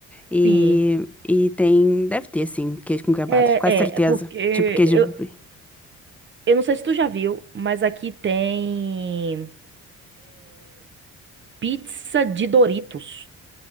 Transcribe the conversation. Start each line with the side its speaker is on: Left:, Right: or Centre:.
Centre: E,
Right: Sim.
Centre: e tem, deve ter, assim, queijo com goiabada,
Right: É,
Centre: com certeza.
Right: é, porque
Centre: Tipo queijo.
Right: eu,
Centre: brie.
Right: eu não sei se tu já viu, mas aqui tem pizza de Doritos.